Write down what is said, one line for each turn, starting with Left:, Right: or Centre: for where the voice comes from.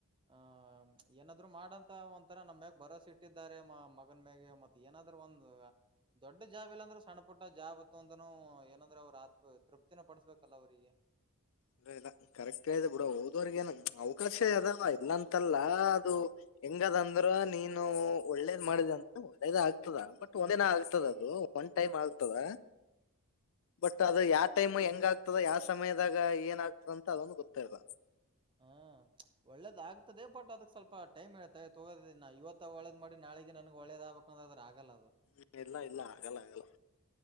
Right: ಆಹ ಏನಾದ್ರು ಮಾಡಂತ ಒಂಂತರ ನಮ ಮ್ಯಾಗ ಬರವಸೆ ಇಟ್ಟಿದ್ದಾರೆ ಮ ಮಗನ್ ಮ್ಯಾಗೆ ಮತ್ ಏನಾದ್ರು ಒಂದ ದೊಡ್ಡ ಜಾಬ್ ಇಲ್ಲಾಂದ್ರೂ ಸಣ್ಣ ಪುಟ್ಟ ಜಾಬ್ ಮತ್ತೊಂದನು ಏನಂದ್ರೆ ಅವ್ರ ಆತ್ ತೃಪ್ತಿನ ಪಡಿಸಬೇಕಲ್ಲ ಅವ್ರಿಗೆ
Left: ಇ ಇಲ್ಲ ಕರೆಕ್ಟ್ ಆಯದೆ ಬಿೂಡ ಹೋದವರ್ಗೇನು ಅವಕಾಶ ಅದಾವ ಇಲ್ಲಂತಲ್ಲ ಅದು ಹೆಂಗದಂದ್ರ ನೀನು ಒಳ್ಳೇದ ಮಾಡಿದೆ ಅಂತ ಒಳ್ಳೇದ ಆಗ್ತದ ಬಟ್ ಒಂದೇಿನ ಆಗ್ತದ ಅದು ಒನ್ ಟೈಮ್ ಆಗ್ತದ ಬಟ್ ಅದು ಯಾವ ಟೈಮ್ ಹೆಂಗ ಆಗ್ತದ ಯಾವ ಸಮಯದಾಗ ಏನ್ ಆಗ್ತದೆದ ಅದೊಂದು ಗೊತ್ತಾ ಇಲ್ಲ್ಮ
Right: ಹ್ಮ್ ಒಳ್ಳೇದ ಆಗ್ತದೆ ಬಟ್ ಅದಕ್ ಸ್ವಲ್ಪ ಟೈಮ್ ಇೇಳ್ೆ ತಗೋ ನಾ ಇವತ್ತ ಒಳ್ಳೇದ್ ಮಾಡಿ ನಾಳಿಗೆ ನನ್ಗ್ ಒಳ್ಳೇದಾಗಗ್ಬೇಕಂದ್ರೆ ಅ್ರೆ ಆಗಲ್ಲ
Left: ಹ್ಮ್ ಇಲ್ಲ ಇಲ್ಲ ಆಗಲ್ಲ ಆಗಲ್ಲ